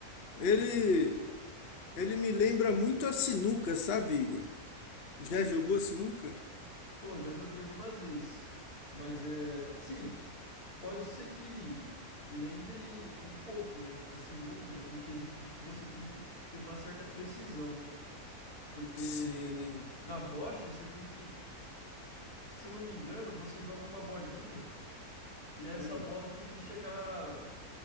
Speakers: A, on the left; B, on the left.
A: Ele, ele me lembra muito a sinuca, sabe, Igor? Já jogou sinuca?
B: Pô, já joguei algumas vezes. Mas é. Assim, pode ser que lembre um pouco, né? A sinuca, no no quesito de que você tem te- que ter uma certa precisão. Porque
A: Sim.
B: na bocha você tem que. Se eu não me engano, você joga uma bolinha e essa
A: Hum.
B: bola tem que chegar